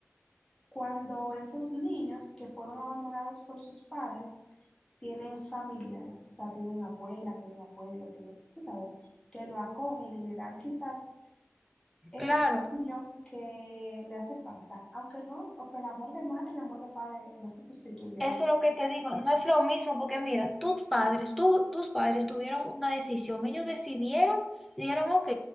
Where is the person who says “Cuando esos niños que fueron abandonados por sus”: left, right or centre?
Left